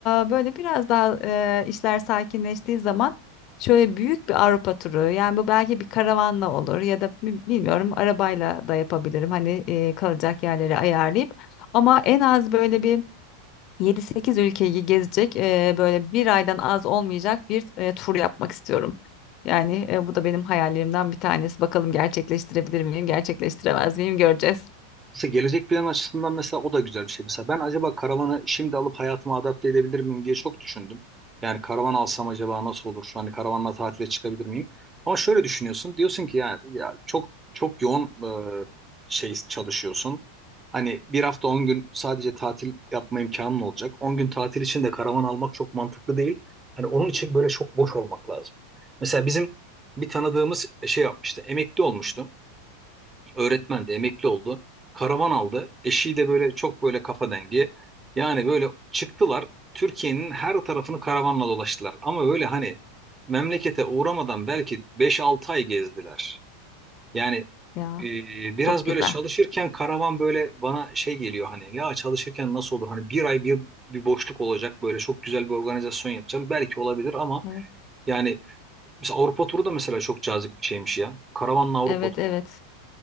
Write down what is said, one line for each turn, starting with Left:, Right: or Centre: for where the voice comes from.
Left: e, böyle biraz daha e, işler sakinleştiği zaman şöyle büyük bir Avrupa turu yani bu belki bir karavanla olur ya da bi- bilmiyorum arabayla da yapabilirim hani e, kalacak yerleri ayarlayıp ama en az böyle bir yedi sekiz ülkeyi gezecek e, böyle bir aydan az olmayacak bir e, tur yapmak istiyorum. Yani e, bu da benim hayallerimden bir tanesi. Bakalım gerçekleştirebilir miyim, gerçekleştiremez miyim göreceğiz.
Right: Mesela gelecek plan açısından mesela o da güzel bir şey. Mesela ben acaba karavanı şimdi alıp hayatıma adapte edebilir miyim diye çok düşündüm. Yani karavan alsam acaba nasıl olur? Hani karavanla tatile çıkabilir miyim? Ama şöyle düşünüyorsun. Diyorsun ki yani ya çok çok yoğun e, şey çalışıyorsun. Hani bir hafta 10 gün sadece tatil yapma imkanın olacak. 10 gün tatil için de karavan almak çok mantıklı değil. Hani onun için böyle çok boş olmak lazım. Mesela bizim bir tanıdığımız şey yapmıştı. Emekli olmuştu. Öğretmendi, emekli oldu. Karavan aldı. Eşi de böyle çok böyle kafa dengi. Yani böyle çıktılar. Türkiye'nin her tarafını karavanla dolaştılar. Ama öyle hani memlekete uğramadan belki beş 6 ay gezdiler. Yani
Left: Ya
Right: e, biraz
Left: çok güzel.
Right: böyle çalışırken karavan böyle bana şey geliyor hani ya çalışırken nasıl olur? Hani bir ay bir, bir boşluk olacak böyle çok güzel bir organizasyon yapacağım. Belki olabilir ama
Left: Hı.
Right: yani mesela Avrupa turu da mesela çok cazip bir şeymiş ya. Karavanla Avrupa
Left: Evet
Right: turu.
Left: evet.